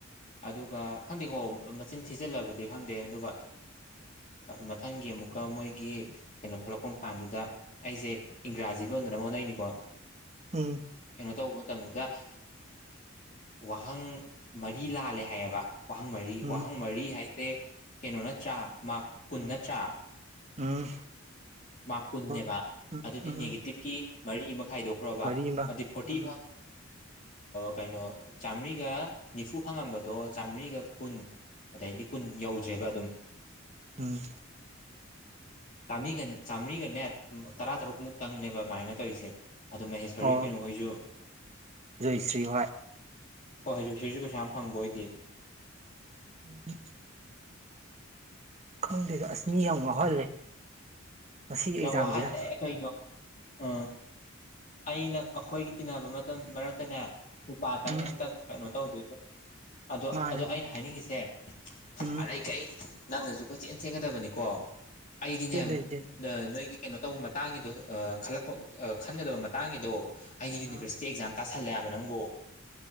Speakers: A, on the left; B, on the right.
A: ꯑꯗꯨꯒ ꯈꯪꯗꯦꯀꯣ ꯃꯆꯤꯟ ꯊꯤꯖꯤꯜꯂꯕꯗꯤ ꯈꯪꯗꯦ ꯑꯗꯨꯒ ꯃꯊꯪꯒꯤ ꯑꯃꯨꯛꯀ ꯃꯣꯏꯒꯤ ꯀꯩꯅꯣ ꯊꯣꯛꯂꯛꯄ ꯃꯄꯥꯟꯗꯨꯗ ꯑꯩꯁꯦ ꯏꯪꯒ꯭ꯔꯥꯖꯤ ꯂꯣꯟꯗꯅꯕ ꯍꯣꯠꯅꯩꯅꯤꯀꯣ
B: ꯎꯝ
A: ꯀꯩꯅꯣ ꯇꯧꯕ ꯃꯇꯝꯗꯨꯗ ꯋꯥꯍꯪ ꯃꯔꯤ ꯂꯥꯜꯂꯦ ꯍꯥꯏꯌꯦꯕ ꯋꯥꯍꯪ ꯃꯔꯤ
B: ꯎꯝ
A: ꯋꯥꯍꯪ ꯃꯔꯤ ꯍꯥꯏꯁꯦ ꯀꯩꯅꯣ ꯅꯠꯇ꯭ꯔꯥ ꯃꯥꯔ ꯀꯨꯟ
B: ꯎꯝ
A: ꯅꯠꯇ꯭ꯔꯥ
B: ꯎꯝ
A: ꯃꯥꯔꯛ ꯀꯨꯟꯅꯦꯕ
B: ꯎꯝ ꯎꯝ
A: ꯑꯗꯨꯗꯤ
B: ꯎꯝ
A: ꯅꯦꯒꯦꯇꯤꯞꯀꯤ ꯃꯔꯤ ꯑꯃ ꯈꯥꯏꯗꯣꯛ ꯈ꯭ꯔꯕ
B: ꯃꯔꯤ ꯑꯃ
A: ꯍꯥꯏꯗꯤ ꯐꯣꯔꯇꯤ
B: ꯎꯝ
A: ꯀꯩꯅꯣ ꯆꯥꯃ꯭ꯔꯤꯒ ꯅꯤꯐꯨ ꯐꯪꯉꯝꯕꯗꯣ ꯆꯥꯃ꯭ꯔꯤꯒ ꯀꯨꯟ ꯑꯗꯩꯗꯤ ꯀꯨꯟ ꯌꯧꯗ꯭ꯔꯦꯕ ꯑꯗꯨꯝ
B: ꯎꯝ
A: ꯆꯝꯕꯔ꯭ꯤꯒ ꯆꯥꯝꯃꯔꯤꯒꯅꯦ ꯇꯔꯥ ꯇꯔꯨꯛ ꯃꯨꯛꯇꯪꯅꯦꯕ ꯑꯗꯨꯃꯥꯏꯅ ꯇꯧꯔꯤꯁꯦ ꯑꯗꯣ ꯃꯍꯦꯁꯔꯤꯒꯤ
B: ꯑꯣ
A: ꯀꯩꯅꯣ ꯍꯣꯏꯁꯨ
B: ꯖꯣꯏꯁ꯭ꯔꯤ ꯍꯥꯏ
A: ꯍꯣꯏ ꯍꯧꯖꯤ ꯁꯤꯁꯨ ꯀꯩꯁꯨ ꯌꯥꯝ ꯐꯪꯕ ꯑꯣꯏꯗꯤ
B: <inaudible> ꯈꯪꯗꯦꯗ ꯑꯁ ꯃꯤ ꯌꯥꯝ ꯉꯥꯎꯍꯜꯂꯦ ꯉꯁꯤꯒꯤ
A: ꯌꯥꯝ
B: ꯑꯦꯛꯖꯥꯝꯁꯤꯅ
A: ꯋꯥꯍꯜꯂꯛꯑꯦ ꯀꯩꯅꯣ ꯎꯝ ꯑꯩꯅ ꯑꯩꯈꯣꯏꯒꯤ ꯇꯤꯟꯅꯕ ꯃꯇꯝ ꯃꯔꯛꯇꯅꯦ ꯁꯨꯄꯥꯥꯇꯪꯅꯦ
B: ꯎꯝ
A: ꯍꯟꯇꯛ ꯀꯩꯅꯣ ꯇꯧꯗꯣꯏꯁꯦ ꯑꯗꯣ
B: ꯃꯥꯅꯦ
A: ꯑꯣ
B: ꯃꯥꯅꯦ
A: ꯑꯩꯅ ꯍꯥꯏꯅꯤꯡꯉꯤꯁꯦ
B: ꯎꯝ
A: ꯑꯔꯩ ꯀꯩ ꯅꯪꯅꯁꯨ ꯀꯣꯏꯆꯦꯟ ꯆꯦꯟꯒꯗꯕꯅꯤꯀꯣ ꯑꯩꯗꯤꯅꯦ
B: ꯆꯦꯟꯗꯣꯏꯅꯤ ꯆꯦꯟ
A: ꯅꯣꯏꯒꯤ ꯀꯩꯅꯣ ꯇꯧꯕ ꯃꯇꯥꯡꯒꯤꯗꯣ ꯈꯜꯂꯛꯄ ꯈꯟꯒꯗꯕ ꯃꯇꯥꯡꯒꯤꯗꯣ ꯑꯩꯗꯤ ꯌꯨꯅꯤꯕꯔꯁꯤꯇꯤ
B: ꯑꯥ
A: ꯑꯦꯛꯖꯥꯝ ꯇꯥꯁꯜꯂꯦꯕ ꯅꯪꯕꯨ